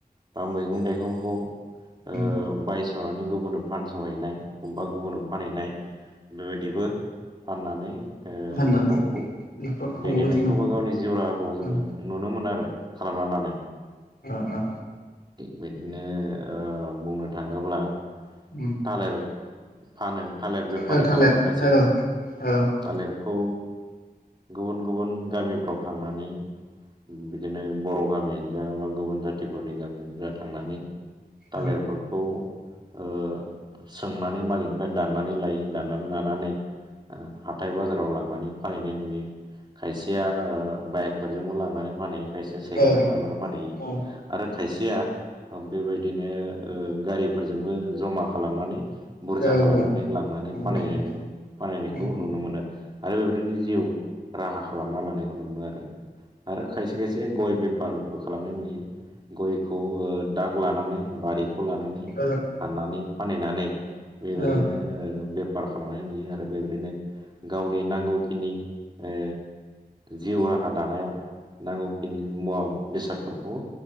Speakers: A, on the right; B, on the left.
A: बा मैंगं थाइगंखौ ओ
B: होनदों
A: बायस'नानै गुबुननो फानस'हैनाय बबेबा गुबुननो फानहैनाय बेबायदिबो फाननानै ओ
B: फाननानै
A: न'खरखौ
B: न'खर खुंबोगासिनो
A: दैदेननायखौ बा गावनि जिउ राहाखौ जोङो
B: दं
A: नुनो मोनो आरो खालाम बालानो।
B: ओ ओ
A: थिग बिदिनो ओ बुंनो थाङोब्ला
B: ओ
A: थालिर फानो थालिर बेफारि
B: ओ थालिर
A: खालामो खायसे
B: औ औ
A: थालिर खौ गुबुन गुबुन गामिफ्राव थांनानै बिदिनो बर' गामियानो जा बा गुबुन जाथिफोरनि गामियाव जा थांनानै थालिरफोरखौ
B: औ
A: ओ सोंनानै मालिकनिफ्राय दाननानै लायो लानानै हाथाइ बाजाराव लांनानै फानहैनाय नुयो खायसेया बाइकफोरजोंबो लांनानै फानहैयो खायसेया साइकेलजों
B: औ
A: लांनानै फानहैयो
B: औ
A: आरो खायसेया बेबायदिनो ओ गारिफोरजोंबो जमा खालामनानै बुरजा
B: औ
A: खालामनानै
B: लां
A: लांनानै फानहैनायखौ
B: लां औ
A: नुनो मोनो आरो बेबायदिनो जिउ राहा खालामना लानायखौ नुयो आरो आरो खायसे खायसे ग'य बेफारबो खालामनाय नुयो। ग'यखौ ओ दाग लानानै बारिखौ लानानै
B: औ
A: हाननानै फानहैनानै बेबायदिनो
B: औ
A: ओ बेफार खालामनाय नुयो आरो बेबायदिनो गावनि नांगौखिनि ओ जिउ राहा दानायाव नांगौखिनि मुवा बेसादफोरखौ